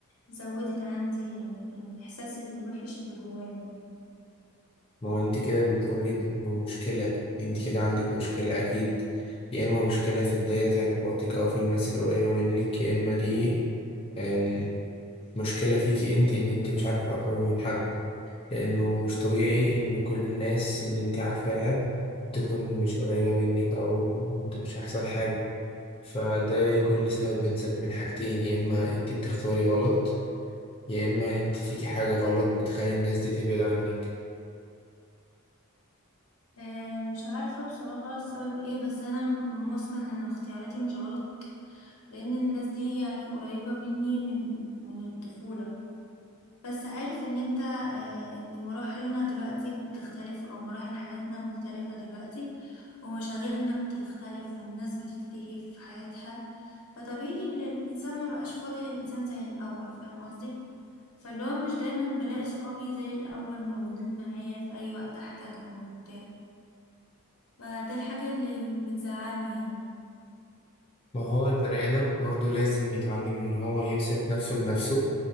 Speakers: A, on the left (about 80°); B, on the left (about 25°).
A: زودت عندي الإحساس الوحش اللي جوايا
B: ما هو انت كده بتمري بمشكلة انت كده عندك مشكلة اكيد يا اما مشكلة في دايرة علاقاتك او في الناس القريبة منك يا اما دي أم، مشكلة فيكي انت ان انت مش عارفة تقربي من حد لانه مش طبيعي ان كل الناس اللي انت عارفاها تكون مش قريبة منك او انتوا مش احسن حاجة فده يكون لي سبب من سبب من حاجتين يا اما انت بتختاري غلط يا اما انت فيكي حاجة غلط بتخلي الناس دي تبعد عنك
A: آه، مش عارفة بصراحة السبب ايه بس أنا م- واثقة إن اختياراتي مش غلط لأن الناس دي يعني قريبة مني من من الطفولة بس عارف ان انت آه، ان مراحلنا دلوقتي بتختلف او مراحل حياتنا مختلفة دلوقتي ومشاغلنا بتختلف والناس بتتلهي في حياتها فطبيعي ان الانسان ما بقاش فاضي للانسان زي الاول فاهم قصدي فاللي هو مش دايما بلاقي صحابي زي الاول موجودين معايا في اي وقت احتاجهم وبتاع فده الحاجة اللي بتزعلني يعني
B: ما هو البني آدم برضه لازم يتعلم إن هو يبسط نفسه بنفسه